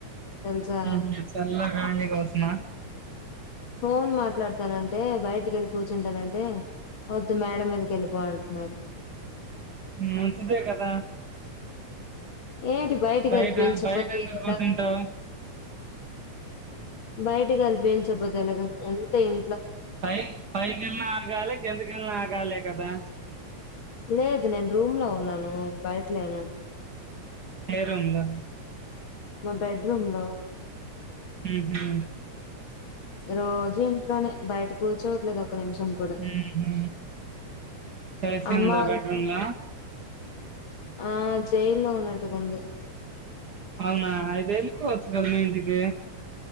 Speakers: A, on the left; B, on the right.
A: తెలుసా.
B: హు చల్ల గాలి కోసమా
A: ఫోన్ మాట్లాడతానంటే బయటికి వెళ్లి కూర్చుంటానంటే వద్దు మేడ మీదకి వెళ్లిపోంటున్నారు
B: హు మంచిదే కదా
A: ఏంటి బయటికెళ్ళి
B: బయట
A: పీల్చకపోతే
B: బయటెందుకు
A: ఎలాగ
B: కూర్చుంటావ్
A: బయటి గాలి పీల్చకపోతే ఎలాగ ఎంత ఇం
B: పై పైకేలిన అ గాలే కిందికేలిన ఆగాలే కదా
A: లేదు నేన్ రూమ్ లో ఉన్నాను బయట్ లేనాన్
B: పేరుందా
A: మా బెడ్రూమ్ లో
B: హుహు
A: రోజు ఇంట్లోనే బయట కూర్చోవట్లేదు ఒక్క నిమిషం కూడా.
B: ఊహు ఏసి
A: అమ్మ
B: ఉందా
A: వాళ్ళ
B: బెడ్రూంల
A: ఆ జైల్లో ఉన్నట్టుగా ఉంది
B: అవునా ఐతేఆలిపోవచుక కదా మీ ఇంటికి